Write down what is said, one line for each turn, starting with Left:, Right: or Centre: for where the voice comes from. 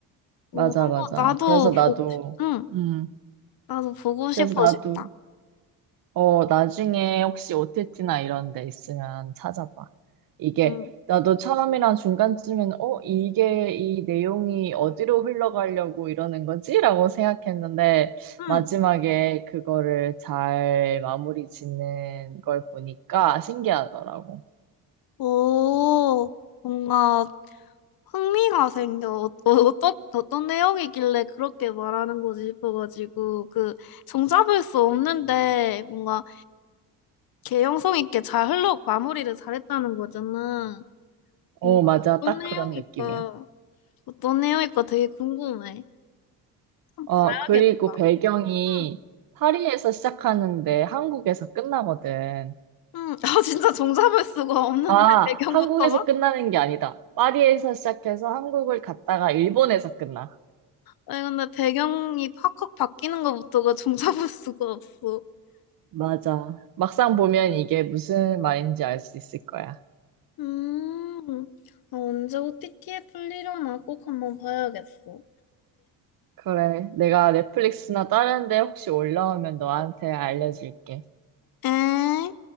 Right: 맞아,
Left: 오, 한번
Right: 맞아.
Left: 나도
Right: 그래서 나도,
Left: 보고, 싶- 응,
Right: 음,
Left: 나도 보고 싶어진다.
Right: 그래서 나도 어, 나중에 혹시 OTT나 이런 데 있으면 찾아봐. 이게,
Left: 응.
Right: 나도 처음이랑 중간쯤에는, 어, 이게 이 내용이 어디로 흘러가려고 이러는 거지? 라고 생각했는데,
Left: 응.
Right: 마지막에 그거를 잘 마무리 짓는 걸 보니까 신기하더라고.
Left: 오, 뭔가 흥미가 생겨. 어, 어, 어떤, 어떤 내용이길래 그렇게 말하는 거지 싶어가지고, 그, 종잡을 수 없는데, 뭔가, 개연성 있게 잘 흘러, 마무리를 잘했다는 거잖아.
Right: 어,
Left: 뭔가,
Right: 맞아.
Left: 어떤
Right: 딱
Left: 내용일까,
Right: 그런 느낌이야.
Left: 어떤 내용일까 되게 궁금해. 한번
Right: 어,
Left: 봐야겠다.
Right: 그리고 배경이
Left: 응,
Right: 파리에서 시작하는데 한국에서 끝나거든.
Left: 응. <laughs> 아, 진짜 종잡을 수가 없는데,
Right: 아,
Left: 배경부터가?
Right: 한국에서 끝나는 게 아니다. 파리에서 시작해서 한국을 갔다가 일본에서 끝나.
Left: 아니, 근데 배경이 확확 바뀌는 것부터가 종잡을 수가 없어.
Right: 맞아. 막상 보면 이게 무슨 말인지 알 수 있을 거야.
Left: 음, 아, 언제 OTT에 풀리려나 꼭 한번 봐야겠어.
Right: 그래. 내가 넷플릭스나 다른 데 혹시 올라오면 너한테 알려줄게.
Left: 응?